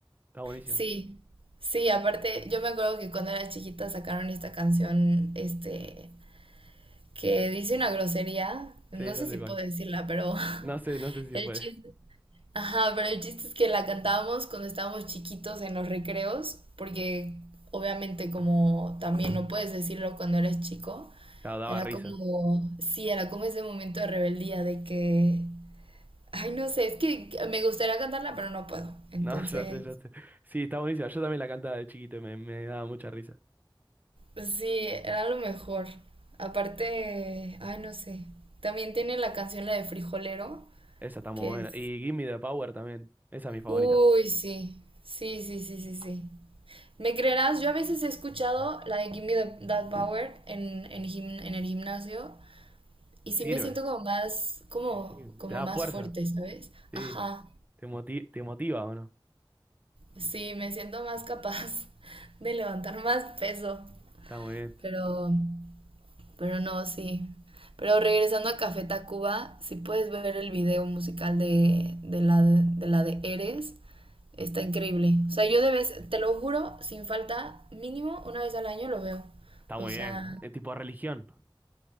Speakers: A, on the right (about 20°); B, on the right (about 80°).
A: Está buenísimo.
B: Sí, sí, aparte, yo me acuerdo que cuando era chiquita sacaron esta canción, este, que dice una grosería, no
A: Sí, ya
B: sé
A: sé
B: si
A: cuál.
B: puedo decirla, pero <laughs>
A: No sé, no sé si
B: el
A: fue.
B: chiste, ajá, pero el chiste es que la cantábamos cuando estábamos chiquitos en los recreos, porque obviamente como también no puedes decirlo cuando eres chico,
A: Claro, daba
B: era
A: risa.
B: como, sí, era como ese momento de rebeldía de que, ay, no sé, es que me gustaría cantarla, pero no puedo, entonces...
A: No, <laughs> ya sé, ya sé. Sí, está buenísima. Yo también la cantaba de chiquito y me, me daba mucha risa.
B: Sí, era lo mejor. Aparte, ay, no sé. También tiene la canción la de Frijolero,
A: Esa está muy
B: que
A: buena.
B: es...
A: Y Gimme the Power también. Esa es mi favorita.
B: Uy, sí. Sí, sí, sí, sí, sí. ¿Me creerás? Yo a veces he escuchado la de Give Me the- That Power en, en, gim- en el gimnasio y sí
A: Sirve.
B: me siento como más, como,
A: Sí,
B: como
A: Te da
B: más
A: fuerza.
B: fuerte, ¿sabes?
A: Sí.
B: Ajá.
A: ¿Te moti- te motiva o no?
B: Sí, me siento más capaz <laughs> de levantar más peso.
A: Está muy bien.
B: Pero Pero no, sí. Pero regresando a Café Tacuba, si puedes ver el video musical de, de la, de, de la de Eres, está increíble. O sea, yo de
A: Sí,
B: vez, te lo juro, sin falta, mínimo una vez al año lo veo.
A: Está
B: O
A: muy
B: sea,
A: bien. Es tipo religión.